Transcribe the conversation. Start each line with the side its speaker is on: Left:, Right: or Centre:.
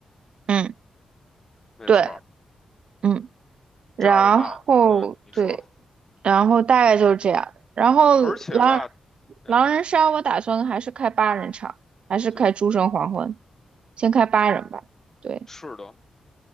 Right: 嗯，
Left: 没错儿
Right: 对，嗯，然后对，
Left: 这样的话，嗯，你说，
Right: 然后大概就是这样。然后狼
Left: 而且吧，嗯，
Right: 狼人杀，我打算还是开八人场，还是开诸神黄昏，
Left: 对，
Right: 先开八人吧。对
Left: 是的。